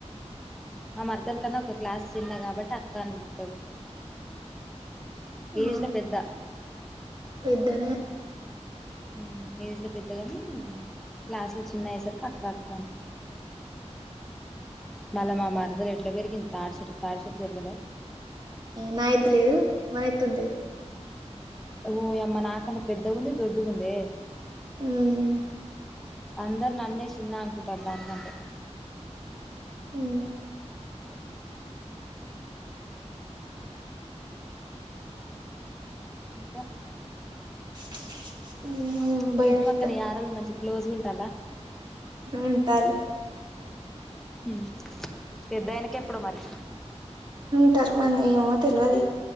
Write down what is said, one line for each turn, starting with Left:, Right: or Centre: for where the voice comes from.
Centre: మా మరదల్ కన్నా ఒక క్లాస్ చిన్న కాబట్టి అక్క అని పిలుతాడు.
Right: ఆ
Centre: ఏజ్ల పెద్ద
Right: పెద్దనే
Centre: ఉ ఏజ్ లో పెద్దగాని క్లాస్ లో చిన్న అయ్యే సరికి అక్క అక్క అంటాడు.
Right: <inaudible>
Centre: మల్ల మా మరదలు ఎట్లా పెరిగింది తాడ్చట్ తాడిచేటు పెరగలే.
Right: నా ఎత్తు లేదు మన ఎత్తు ఉంటది.
Centre: ఓ యమ్మ నాకన్నా పెద్దగుంది దొడ్డుగుందే.
Right: ఉం
Centre: అందరు నన్నే చిన్న అనుకుంటారు దానికంటే
Right: ఉ
Centre: హ ఇంకా
Right: <inaudible>
Centre: మీ
Right: భయమైతాంది
Centre: ఇంటి పక్కనే ఆడోళ్ళు మంచిగ క్లోజ్ గా ఉంటాలా
Right: ఉంటాళ్ళు
Centre: ఉ పెద్దాయనకు ఎప్పుడు మరి.
Right: అంటారు మరి ఏమో తెలివది ఇగ